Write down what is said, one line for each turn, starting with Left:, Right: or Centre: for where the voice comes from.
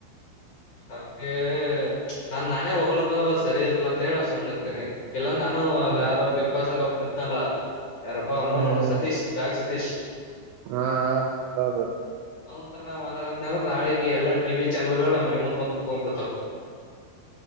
Left: ಅದೆ ನಾನ್ ನಾನೇ ಹೊೋಗಳ್ಕಂದ್ರೆ್ ಸರಿ ಇರ್ಲ್ಲ ಅಂತ ಹೇಳ ಸುಮ್ನೆ ಇರ್ತನಿ ಇಲ್ಲಾ ನಾನು ಅದ
Right: ಹ್ಮ್
Left: ಯಾರೋ ಬಿಗ್ ಬಾಸ್ ಅಲ್ಲಿ ನಿ್ದಲ್ಲ ಯಾರಪ್ಪ ಅವನು
Right: ಹ್ಮ್
Left: ಸತೀಶ್ ಡಾಗ ಸತೀಶ್
Right: ಹಾ ಹ ಹೋಗ
Left: ನಂಥರ ನಾ ಮಾತಾಡ್ನ ಅ್ರೆ ನಾಳಿಗೆ ಎಲ್ಲಾ ಟಿ ಚಾನಲ್ ಗಳು ನ ಮನ ಮುಂದ ಬಂದ್ ಕುೂತ್ಕೊಂಡ್ ಬಿಿಡ್ತಾವ